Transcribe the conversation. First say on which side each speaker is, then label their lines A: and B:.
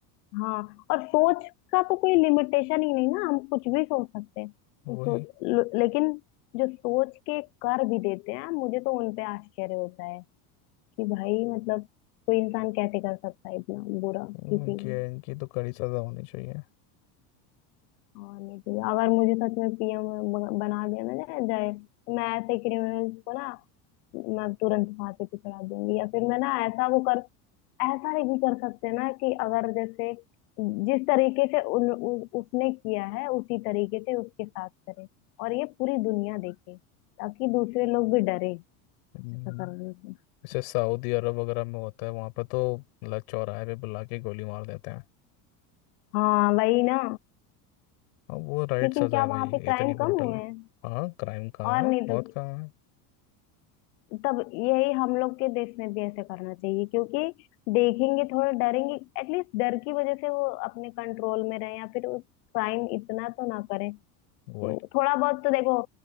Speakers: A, on the left; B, on the left.
A: हाँ और सोच का तो कोई लिमिटेशन ही नहीं ना हम कुछ भी सोच सकते हैं तो
B: वही
A: सोच ल- लेकिन जो सोच के कर भी देते हैं मुझे तो उनपे आश्चर्य होता है कि भाई मतलब कोई इंसान कैसे कर सकता है इतना बुरा
B: इनकी
A: किसी को
B: इनकी तो कड़ी सजा होनी चाहिए
A: और नहीं तो अगर मुझे सच में पीएम बना दिया ना जाए जाए तो मैं ऐसे क्रिमिनल्स को ना मैं तुरंत फांसी पे चढ़ा दूंगी या फिर मैं ना ऐसा वो ऐसा नहीं भी कर सकते ना कि अगर जैसे जिस तरीके से उन, उ, उसने किया है उसी तरीके से उसके साथ करें और ये पूरी दुनिया देखे ताकि दूसरे लोग भी डरे
B: हम्म,
A: ऐसा करने से
B: जैसे सऊदी अरब वगैरह में होता है वहाँ पर तो मतलब चौराहे पे बुला के गोली मार देते हैं
A: हाँ वही ना
B: अब वो राइट
A: लेकिन
B: सजा
A: क्या
B: है भाई
A: वहां पे
B: इतनी
A: क्राइम
B: ब्रूटल
A: कम हुए हैं
B: हाँ क्राइम काम
A: और
B: है
A: नहीं
B: बहुत
A: तो
B: काम है
A: तब यही हम लोग के देश में भी ऐसे करना चाहिए क्योंकि देखेंगे थोड़ा डरेंगे एटलीस्ट डर की वजह से वो अपने कंट्रोल में रहे या फिर क्राइम इतना तो ना करें तो
B: वही
A: थोड़ा बहुत तो देखो